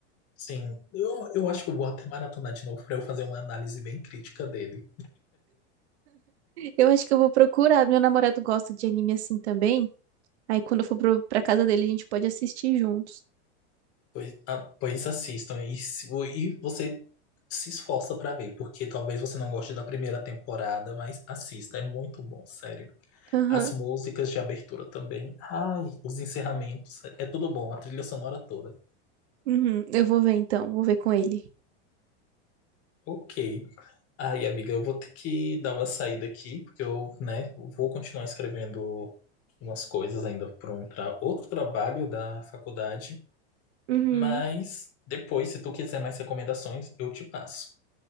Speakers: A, on the left (about 45°); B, on the right (about 75°).
A: Sim, eu, eu acho que eu vou até maratonar de novo para eu fazer uma análise bem crítica dele.
B: Eu acho que eu vou procurar. Meu namorado gosta de anime assim também. Aí quando eu for pro, pra casa dele, a gente pode assistir juntos.
A: Pois, ah, pois assistam e, se- e você se esforça para ver, porque talvez você não goste da primeira temporada, mas assista, é muito bom, sério.
B: Aham.
A: As músicas de abertura também, ai, os encerramentos, é tudo bom, a trilha sonora toda.
B: Uhum. Eu vou ver então, vou ver com ele.
A: Ok. Aí, amiga, eu vou ter que dar uma saída aqui, porque eu, né, vou continuar escrevendo umas coisas ainda para outro trabalho da faculdade.
B: Uhum.
A: Mas depois, se tu quiser mais recomendações, eu te passo.